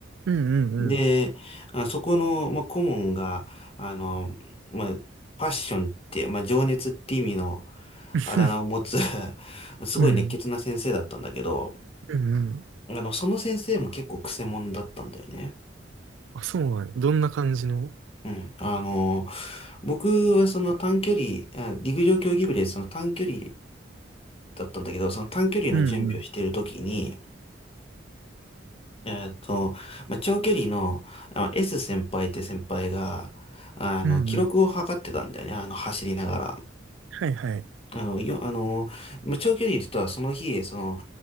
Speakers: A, on the right; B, on the left.
A: うんうんうん。
B: で、あ、そこの、まあ、顧問が、あの、まあ、パッションって、まあ、情熱って意味の
A: <laughs>
B: あだ名を持つ <laughs> すごい熱血な先生だったんだけど、
A: うん。うんうん。
B: あの、その先生も結構クセ者だったんだよね。
A: あ、そうなんや。どんな感じの
B: うん。あの、僕はその短距離、あ陸上競技部でその短距離だったんだけど、その短距離の準備をしているときに、
A: うんうん。
B: えっと、まあ、長距離の、あの S 先輩って先輩が、あの、
A: うんうん。
B: 記録を測ってたんだよね、あの、走りながら。
A: はいはい。
B: あの、よ、あの、まあ、長距離とはその日、その、